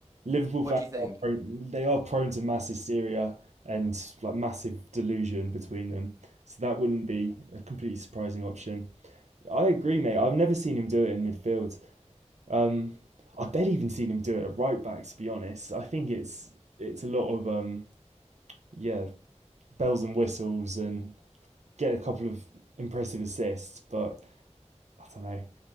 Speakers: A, on the right; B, on the right.
A: Liverpool
B: What
A: fans
B: do you think?
A: are prone, they are prone to mass hysteria and like massive delusion between them. So that wouldn't be a completely surprising option. I agree, mate. I've never seen him do it in midfield. Um, I bet even seen him do it at right back, to be honest. I think it's it's a lot of um, yeah, bells and whistles and get a couple of impressive assists, but I don't know.